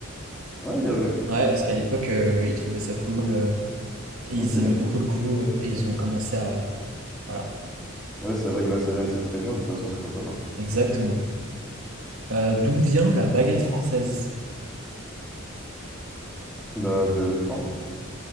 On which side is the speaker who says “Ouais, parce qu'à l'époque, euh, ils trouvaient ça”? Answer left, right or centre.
Right